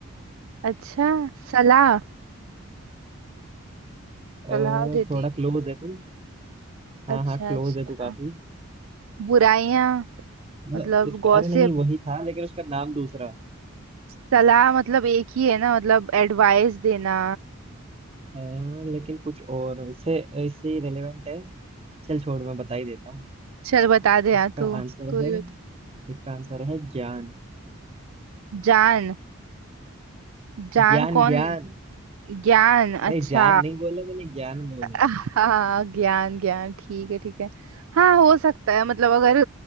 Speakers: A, on the right; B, on the right.
A: अच्छा सलाह
B: अ,
A: सलाह देते
B: थोड़ा
A: हैं क्या
B: क्लोज है तू हाँ
A: अच्छा
B: हाँ क्लोज
A: अच्छा
B: है तू काफी
A: बुराइयां
B: मतलब
A: मतलब
B: इसका
A: गॉसिप
B: अरे नहीं वही था लेकिन उसका नाम दूसरा
A: सलाह मतलब एक ही है ना मतलब एडवाइस देना
B: हाँ लेकिन कुछ और इससे इससे रिलेवेंट है चल छोड़ मैं बता ही देता हूँ
A: चल बता दे यार
B: इसका
A: तू
B: आंसर
A: तू ही
B: है
A: बता
B: इसका आंसर है ज्ञान
A: जान जान
B: ज्ञान
A: कौन
B: ज्ञान
A: ज्ञान
B: अरे
A: अच्छा
B: ज्ञान नहीं बोला मैंने ज्ञान बोला
A: हाँ ज्ञान ज्ञान ठीक है ठीक है हाँ हो सकता है मतलब अगर